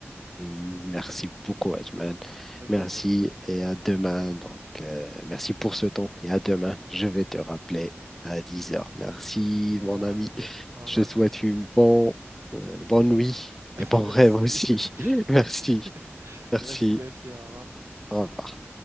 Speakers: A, in the centre; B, on the right.
A: Mm, Merci beaucoup, Ajman.
B: Avec
A: Merci
B: plaisir.
A: et à demain. Donc, euh, merci pour ce temps et à demain. Je vais te rappeler à 10 heures. Merci,
B: Très
A: mon
B: bien,
A: ami.
B: au revoir.
A: Je te souhaite une bonne, euh, bonne nuit
B: <laughs>
A: et bon
B: Merci.
A: rêve aussi.
B: <laughs>
A: <laughs> Merci.
B: Merci,
A: Merci.
B: merci, merci, au revoir.
A: Au revoir.